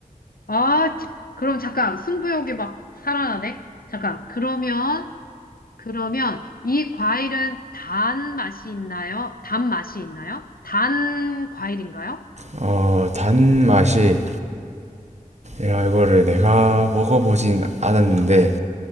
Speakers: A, on the left; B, on the right.
A: 아, 치- 그럼 잠깐 승부욕이 막 살아나네? 잠깐. 그러면 그러면 이 과일은 단 맛이 있나요? 단 맛이 있나요? 단 과일인가요?
B: 어 단맛이 야 이거를 내가 먹어보진 않았는데